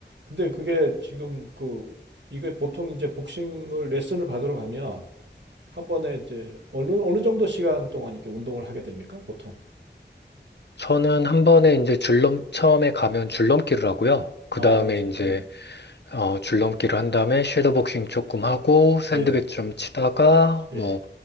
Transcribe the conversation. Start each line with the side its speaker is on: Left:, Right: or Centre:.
Right: 근데 그게 지금 그, 이게 보통 이제 복싱을 레슨을 받으러 가면 한 번에 이제 어느, 어느 정도 시간 동안 이렇게 운동을 하게 됩니까? 보통.
Left: 저는 한 번에 이제 줄넘, 처음에 가면 줄넘기를 하고요. 그
Right: 아,
Left: 다음에
Right: 진짜.
Left: 이제,
Right: 예,
Left: 어, 줄넘기를 한 다음에 섀도복싱 조금 하고, 샌드백
Right: 예,
Left: 좀 치다가,
Right: 예,
Left: 뭐,